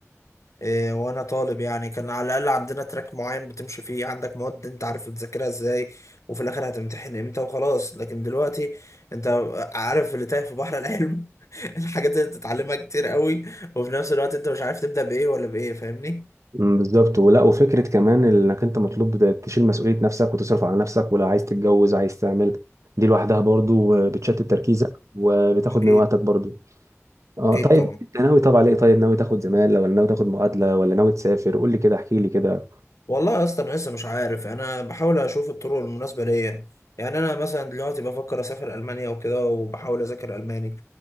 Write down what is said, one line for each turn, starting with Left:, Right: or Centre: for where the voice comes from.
Left: إيه وانا طالب يعني كان على الاقل عندنا تراك معين بتمشي فيه عندك مواد انت عارف تذاكرها ازاي وفي الاخر هتمتحن امتى وخلاص لكن دلوقتي انت عارف اللي تايه في بحر العلم <laughs> الحاجات اللي بتتعلمها كتير قوي وفي نفس الوقت انت مش عارف تبدا بايه ولا بايه فاهمني
Right: امم بالظبط ولا وفكرة كمان انك انت مطلوب ده- تشيل مسؤولية نفسك وتصرف على نفسك ولا عايز تتجوز عايز تعمل دي لوحدها برضو بتشتت تركيزك وبتاخد
Left: اكيد
Right: من وقتك برضو اه
Left: اكيد
Right: طيب
Left: طبعا
Right: انت ناوي طبعا ايه طيب ناوي تاخد زمالة ولا ناوي تاخد معادلة ولا ناوي تسافر قول لي كده احكي لي كده
Left: والله يا اسطى انا لسه مش عارف انا بحاول اشوف الطرق المناسبه ليا يعني انا مثلا دلوقتي بفكر اسافر المانيا وكده وبحاول اذاكر الماني